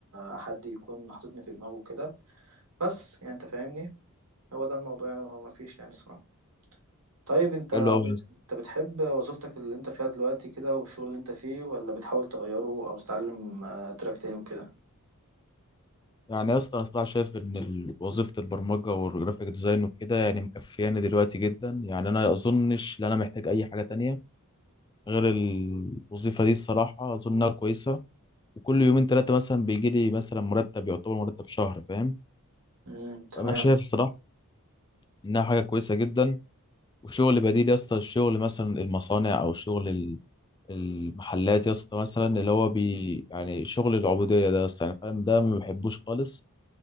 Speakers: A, on the right (about 90°); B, on the left (about 20°).
A: آه، حد يكون حاططني في دماغه كده بس يعني انت فاهمني هو ده الموضوع يعني مفيش يعني صراحه طيب انت
B: حلو
A: ب-
B: قوي يا اسطى
A: انت بتحب وظيفتك اللي انت فيها دلوقتي كده والشغل اللي انت فيه ولا بتحاول تغيره او تتعلم آه، تراك تاني وكده
B: يعني يا اسطى انا صراحة شايف ان ال- وظيفة البرمجة والجرافيك ديزاين وكده يعني مكفياني دلوقتي جدا يعني انا اظنش ان انا محتاج اي حاجة تانية غير الوظيفة دي الصراحة اظنها كويسة وكل يومين ثلاثة مثلا بيجي لي مثلا مرتب يعتبر مرتب شهر فاهم
A: امم تمام
B: فأنا شايف الصراحة إنها حاجة كويسة جدا وشغل بديل يا اسطى الشغل مثلا المصانع أو شغل ال- المحلات يا اسطى مثلا اللي هو بي يعني شغل العبودية ده يا اسطى يعني فاهم ده ما بحبوش خالص